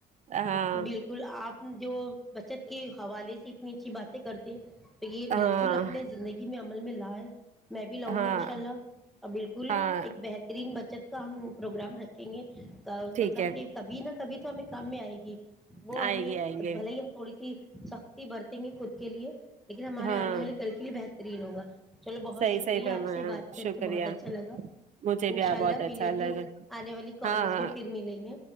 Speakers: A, on the right (about 45°); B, in the centre.
A: ہاں
B: بالکل آپ جو بچت کے حوالے سے باتیں کرتے یہ
A: ہاں
B: بالکل اپنے زندگی میں عمل ملا ہے میں بھی لاؤں
A: ہاں
B: گی ان شاء اللہ اور بالکل
A: ہاں
B: ایک بہترین بچت کا پروگرام رکھ ے
A: ٹھیک
B: مطلب
A: ہے
B: کہ کبھی نہ کبھی تو ہمیں کام میں آئے گی وہ
A: آئیں
B: ہمیں
A: گے آئیں گے
B: بھل ہی ہم تھوڑی سی سختی برتیں گے خود کے لیے <unintelligible> لیکن ہمارے
A: ہاں
B: آنے والے کل کے لیے بہترین ہوگا چلو بہت
A: صحیح
B: شکریہ
A: صحیح فرمایا
B: آپ سے بات کر
A: شکریہ
B: کے بہت اچھا لگا
A: مجھے
B: ان
A: بھی آپ
B: شاء اللہ
A: بہت
B: ملیں
A: اچھا
B: گے
A: لگا
B: آنے والی کالس
A: ہاں ہاں
B: پ پھر ملیں گے